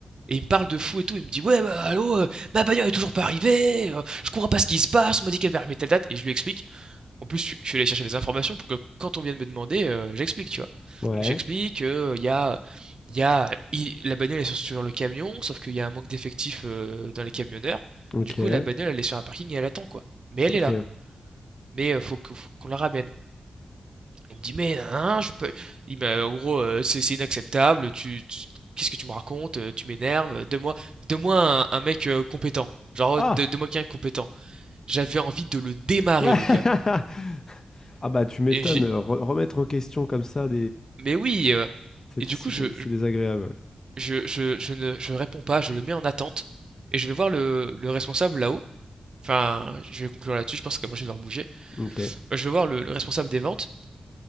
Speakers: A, on the right; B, on the left.
A: Et il me parle de fou et tout, il me dit: «Ouais, bah, allô, heu, ma bagnole est toujours pas arrivée, heu, je comprends pas ce qui se passe, on m'a dit qu'elle va arriver telle date» et je lui explique. En plus, je suis je suis allé chercher des informations pour que quand on vient de me demander, heu, j'explique, tu vois?
B: Ouais.
A: Donc j'explique qu'il y a, il y a i la bagnole est sur sur le camion, sauf qu'il y a un manque d'effectifs, heu, dans les camionneurs.
B: Ok.
A: Du coup, la bagnole, elle est sur un parking et elle attend, quoi. Mais elle
B: Ok.
A: est là, mais, heu, faut que faut qu'on la ramène. Il me dit: «Mais hein, je peux». Il m'a en gros, heu: «C'est c'est inacceptable, tu tu qu'est-ce que tu me racontes? Heu, tu m'énerves, donne-moi donne-moi un un mec, heu, compétent, genre,
B: Ah!
A: heu, donne-moi quelqu'un de compétent». J'avais envie de le démarrer
B: <laughs>
A: le gars
B: Ah bah tu m'étonnes,
A: et j'ai
B: re- remettre en question comme ça
A: mais oui, heu
B: C'est
A: et du coup je
B: c'est désagréable.
A: je je je je ne je réponds pas, je le mets en attente et je vais voir le le responsable là-haut, enfin, je vais conclure là-dessus, je pense qu'après je vais devoir bouger.
B: Ok. Ouais,
A: Euh, Je vais voir le le responsable des ventes